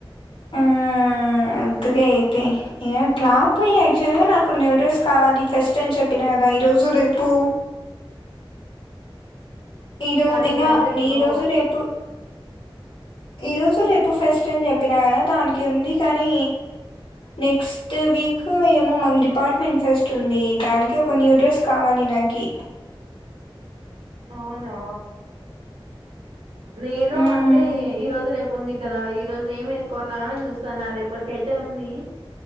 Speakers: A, on the right; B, on the left.
A: అ
B: ఆ వద్దులే అయితే ఇంగ క్లాప్ పోయి యాక్చువల్ గా నాకు న్యూ డ్రెస్ కావాలి ఫస్ట్ అని చెప్పిన కదా ఈరోజు రేపు ఈ రో
A: కానీ
B: ఇంగ
A: బడ్జెట్
B: ఈ
A: లో
B: రోజు రేపు ఈ రోజు రేపు ఫెస్ట్ అని చెప్పినా కదా దానికి ఉంది ని నెక్స్ట్ వీక్ ఏమో మా డిపార్ట్మెంట్ ఫెస్ట్ ఉంది దానికి ఒక న్యూ డ్రెస్ కావాలి నాకి
A: అవునా నేను
B: మ్మ్.
A: అంటే ఈ రోజు రేపు ఉంది కదా ఈ రోజు ఏం వేసుకోవాలా అని చూస్తాన్న రేపటి కెతే ఉంది